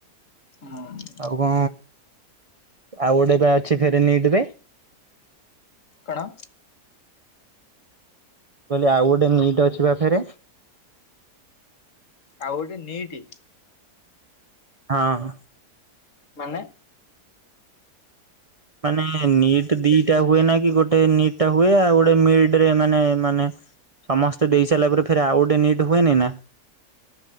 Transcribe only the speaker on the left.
ଉଁ।
କଣ?
ଆଉ ଗୋଟେ ନୀଟ୍।
ମାନେ